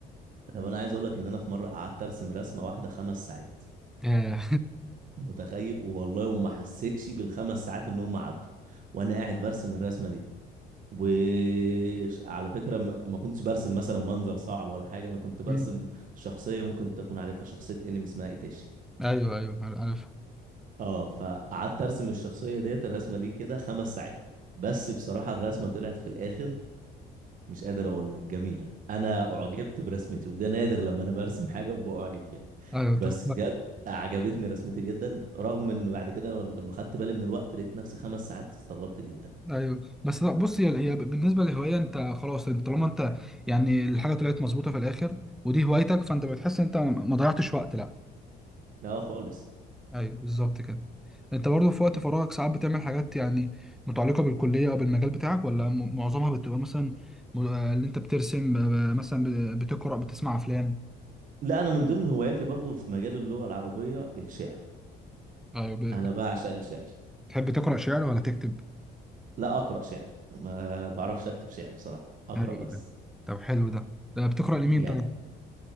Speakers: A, on the right (about 50°); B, in the centre.
A: طب انا عايز اقول لك ان انا في مره قعدت ارسم رسمه واحده خمس ساعات
B: آه.
A: متخيل والله وما حسيتش بالخمس ساعات ان هم عدوا وانا قاعد برسم الرسمه دي وعلى فكرة ما ما كنتش برسم مثلا منظر صعب ولا حاجة أنا كنت برسم
B: <laughs>
A: شخصية ممكن تكون عارفها شخصية انمي اسمها ايتاشي
B: ايوه ايوه ايوه عارف
A: اه فقعدت ارسم الشخصية ديت الرسمة ليه كده خمس ساعات بس بصراحة الرسمة طلعت في الآخر مش قادر أقول لك جميلة أنا أعجبت برسمتي وده نادر لما أنا برسم حاجة وبأعجب بيها
B: ايوه
A: بس
B: طب
A: بجد عجبتني رسمتي جدا رغم إن بعد كده لما خدت بالي من الوقت لقيت نفسي خمس ساعات استغربت جدا
B: ايوه بس لا بص هي هي بالنسبه للهوايه انت خلاص انت طالما انت يعني الحاجه طلعت مظبوطه في الاخر ودي هوايتك فانت بتحس ان انت ما ضيعتش وقت لا
A: لا خالص
B: ايوه بالظبط كده انت برضه في وقت فراغك ساعات بتعمل حاجات يعني متعلقه بالكليه او بالمجال بتاعك ولا م- معظمها بتبقى مثلا م- آه، اللي انت بترسم آه، مثلا ب- بتقرا بتسمع افلام
A: لا انا من ضمن هواياتي برضو في مجال اللغه العربيه الشعر
B: ايوه ب-
A: انا بعشق الشعر
B: بتحب تقرا شعر ولا تكتب
A: لا اقرا شعر ما بعرفش اكتب شعر بصراحه اقرا
B: ايوه
A: بس
B: تمام. طب حلو ده آه، بتقرا لمين
A: يعني
B: طيب